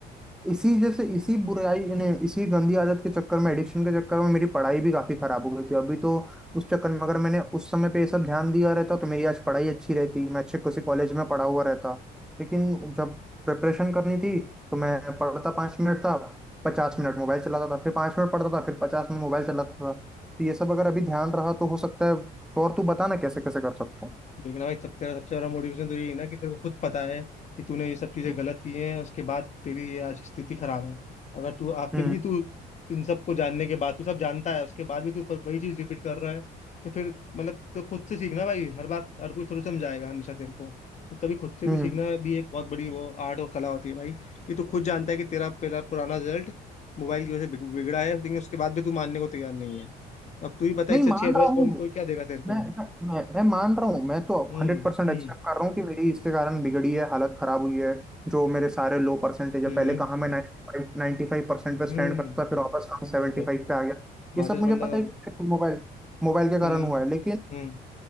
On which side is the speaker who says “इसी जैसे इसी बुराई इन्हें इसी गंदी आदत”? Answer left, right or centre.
Centre